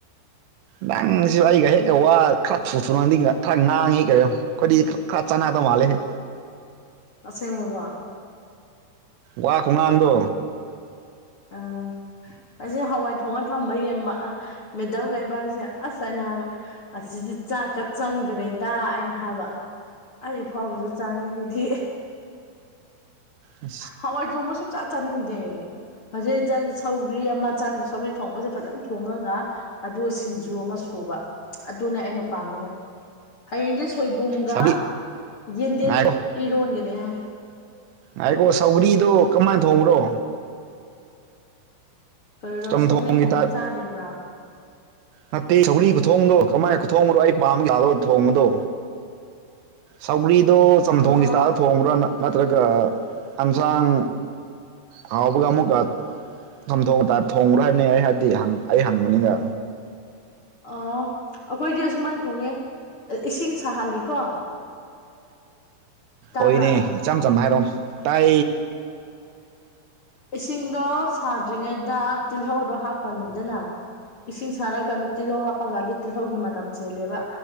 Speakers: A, on the right; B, on the left.
A: ꯅꯪꯁꯨ ꯑꯩꯒ ꯍꯦꯛꯒ ꯋꯥ ꯈꯔ ꯊꯨ ꯊꯨꯔꯗꯤꯒ ꯈꯔ ꯉꯥꯡꯉꯤ ꯀꯔꯤꯣ ꯀꯗꯤ ꯈꯔꯆꯥꯅꯅꯥ ꯑꯗꯨ ꯃꯥꯜꯦꯦ
B: ꯇꯁꯦꯡꯕꯕꯕꯥ
A: ꯋꯥ ꯈꯣꯡꯍꯥꯡꯗꯣ
B: ꯑ ꯑꯩꯁꯦ ꯍꯋꯥꯏ ꯊꯣꯡꯉ ꯊꯝꯕꯒꯤ ꯃꯤꯦꯗꯜꯒ ꯏꯕꯁꯦ ꯑꯁ ꯑꯅ ꯍꯥꯏꯕ ꯑꯁꯤꯗꯤ ꯆꯥꯛꯀ ꯆꯪꯗꯦ ꯗꯥ ꯍꯥꯏꯅ ꯍꯥꯕ ꯑꯩ ꯐꯥꯎꯕꯁꯨ ꯆꯥꯅꯤꯡꯗꯦ
A: ꯑ
B: ꯍꯋꯥꯏ ꯊꯣꯡꯕ ꯁꯨꯝ ꯆꯥ ꯆꯥꯅꯤꯡꯗꯦ ꯍꯧꯖꯤꯛ ꯁꯧꯔꯤ ꯑꯃ ꯆꯪꯉ ꯁꯧꯔꯤ ꯊꯣꯡꯕꯁꯦ ꯐꯖꯅ ꯊꯣꯡꯉꯒ ꯑꯗꯨꯒ ꯁꯤꯡꯖꯨ ꯑꯃ ꯁꯨꯕ ꯑꯗꯨꯅꯦ ꯑꯩꯅ ꯄꯥꯝꯃꯦꯦ ꯍꯌꯦꯡꯗꯤ ꯁꯣꯏꯕꯨꯝꯒ
A: ꯁꯥꯕꯤ
B: ꯌꯦꯟꯗꯦꯝ
A: ꯉꯥꯏꯈꯣ
B: ꯏꯔꯣꯟꯒꯅꯤ ꯍꯥꯏ
A: ꯍꯥꯏꯈꯣ ꯁꯧꯒ꯭ꯔꯤꯗꯣ ꯀꯃꯥꯏꯅ ꯊꯣꯡꯕ꯭ꯔꯣ
B: ꯀꯩꯔꯣ
A: ꯆꯝꯊꯣꯡꯒꯤ
B: ꯁꯧꯒꯤ ꯊꯣꯡꯕ
A: ꯇꯥꯏꯞ
B: ꯆꯥꯗ꯭ꯔꯤꯕ꯭ꯔꯥ
A: ꯅꯠꯇꯦ ꯁꯧꯔꯤ ꯈꯨꯊꯣꯡꯗꯣ ꯀꯃꯥꯏꯅ ꯈꯨꯊꯣꯡꯕꯅꯣ ꯑꯩ ꯄꯥꯝꯝꯕꯒꯗ ꯊꯣꯡꯕꯗꯣ ꯁꯧꯒ꯭ꯔꯤꯗꯣ ꯆꯝꯊꯣꯡꯒꯤ
B: ꯑꯍꯥ
A: ꯆꯥꯛꯗ ꯊꯣꯡꯕ꯭ꯔꯥꯅ ꯅ꯭ꯔꯒ ꯑꯁꯥꯡ ꯍꯥꯎꯕꯒꯥ ꯑꯃꯨ ꯀ ꯝ ꯊꯣꯡꯕ ꯊꯣꯡꯕ꯭ꯔꯥ ꯍꯥꯏꯕꯅꯤ ꯑꯩ ꯍꯥꯏꯕꯗꯤ ꯑꯩ ꯍꯪꯕꯅꯤꯅ
B: ꯑ ꯑꯩꯈꯣꯏꯗꯤ ꯑꯁꯨꯨꯃꯥꯏꯅ ꯊꯣꯡꯉꯦ ꯏꯁꯤꯡ ꯁꯥꯍꯂꯦꯀꯣ ꯇꯥꯕ꯭ꯔꯥ
A: ꯍꯣꯏꯅꯦ ꯏꯆꯝ ꯆꯝꯅ ꯍꯥꯏꯔꯣꯝ ꯇꯥꯏ
B: ꯏꯁꯤꯡꯗꯣ ꯁꯥꯗ꯭ꯔꯤꯉꯩꯗ ꯇꯤꯜꯍꯧꯗꯣ ꯍꯥꯞꯄꯅꯤꯗꯅ ꯏꯁꯤꯡ ꯁꯥꯔꯛꯀꯥꯟꯗ ꯇꯤꯜꯍꯧ ꯍꯥꯞꯄꯀꯥꯟꯗ ꯇꯤꯜꯍꯧꯒꯤ ꯃꯅꯝ ꯆꯦꯜꯂꯦꯕ